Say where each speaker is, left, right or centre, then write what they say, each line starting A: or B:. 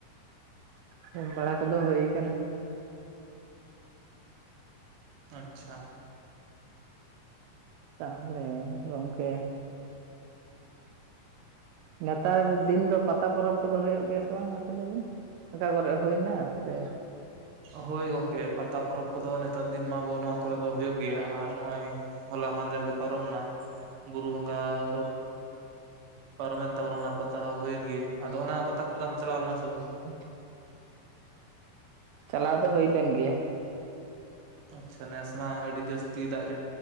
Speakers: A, on the right; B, on the right.
A: ᱡᱚᱢ ᱵᱟᱲᱟ ᱠᱚᱫᱚ ᱦᱳᱭ ᱠᱟᱱᱟ,
B: ᱟᱪᱷᱟ,
A: ᱛᱟᱦᱚᱞᱮ ᱜᱚᱝᱠᱮ, ᱱᱮᱛᱟᱨ ᱫᱤᱱ ᱫᱚ ᱯᱟᱛᱟ ᱯᱚᱨᱚᱵᱽ ᱠᱚᱫᱚ ᱦᱩᱭᱩᱜ ᱜᱮᱭᱟ ᱥᱮ ᱵᱟᱝ ᱢᱟᱥᱮ ᱞᱟᱹᱭ ᱵᱤᱱ? ᱚᱠᱟ ᱠᱚᱨᱮ ᱦᱩᱭ ᱱᱟ ᱥᱮ,
B: ᱦᱳᱭ ᱜᱚᱝᱠᱮ ᱯᱟᱛᱟ ᱯᱚᱨᱚᱵᱽ ᱠᱚᱫᱚ ᱱᱮᱛᱟᱨ ᱫᱤᱱ ᱢᱟ ᱟᱵᱚ ᱱᱚᱶᱟ ᱠᱚᱨᱮ ᱫᱚ ᱦᱩᱭᱩᱜ ᱜᱮᱭᱟ ᱟᱨ ᱱᱚᱜ-ᱚᱭ, ᱦᱚᱞᱟ ᱢᱟᱦᱫᱮᱨᱜᱮ ᱯᱟᱨᱚᱢᱱᱟ ᱵᱩᱨᱩ ᱵᱚᱸᱜᱟ ᱫᱚ ᱯᱟᱨᱚᱢᱮᱱ ᱛᱟᱵᱚᱱᱟ ᱚᱱᱟ ᱯᱟᱛᱟ ᱦᱚᱸ ᱦᱩᱭᱮᱱ ᱜᱮᱭᱟ ᱟᱫᱚ ᱚᱱᱟ ᱯᱟᱛᱟ ᱠᱚᱨᱮ ᱫᱚ ᱟᱢ ᱮᱢ ᱪᱟᱞᱟᱣ ᱞᱮᱱᱟ ᱥᱮ ᱵᱟᱝ,
A: <inaudible> ᱪᱟᱞᱟᱣ ᱫᱚ ᱦᱩᱭ ᱞᱮᱱ ᱜᱮᱭᱟ,
B: ᱟᱪᱷᱟ ᱱᱮᱥ ᱢᱟ ᱟᱹᱰᱤ ᱡᱟᱹᱥᱛᱤ ᱫᱟᱜ ᱡᱟᱹᱲᱤ,